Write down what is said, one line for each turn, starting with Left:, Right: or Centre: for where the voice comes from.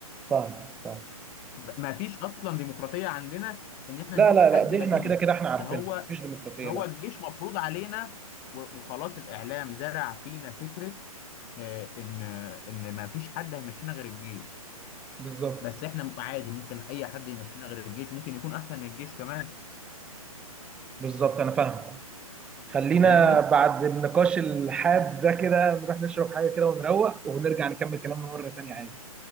Centre: فاهم فاهم
Left: ما فيش اصلا ديمقراطيه عندنا ان احنا
Centre: لا
Left: نشوف
Centre: لا
Left: حد
Centre: لا دي
Left: بديل
Centre: احنا كده كده احنا عارفينها
Left: ده هو
Centre: مفيش ديمقراطية
Left: هو
Centre: لا
Left: الجيش مفروض علينا و- وخلاص الاعلام زرع فينا فكره آه، ان ان ما فيش حد هيمشينا غير الجيش
Centre: بالظبط
Left: بس احنا عادي ممكن اي حد يمشينا غير الجيش ممكن يكون احسن من الجيش كمان
Centre: بالظبط انا فاهم خلينا
Left: فاهمني؟
Centre: بعد النقاش الحاد ده كده نروح نشرب حاجه كده ونروق ونرجع نكمل كلامنا مره تانية عادي